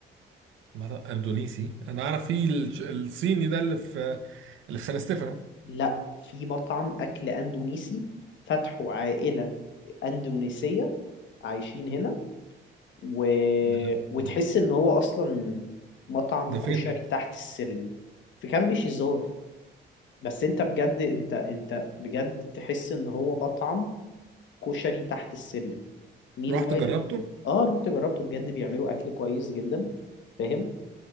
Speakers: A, on the right; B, on the left.
A: مثلا اندونيسي انا اعرف فيه الش- الصيني ده اللي في اللي في سان ستيفانو
B: لا في مطعم أكل أندونيسي فتحه عائلة أندونيسية عايشين هنا و...
A: ده
B: وتحس
A: ده
B: إن هو أصلا مطعم
A: ده
B: كشري
A: فين ده
B: تحت السلم في كامب شيزار بس أنت بجد أنت أنت بجد تحس إن هو مطعم كشري تحت السلم مين
A: رحت
B: وايل
A: جربته
B: آه رحت جربته بجد بيعملوا أكل كويس جدا فاهم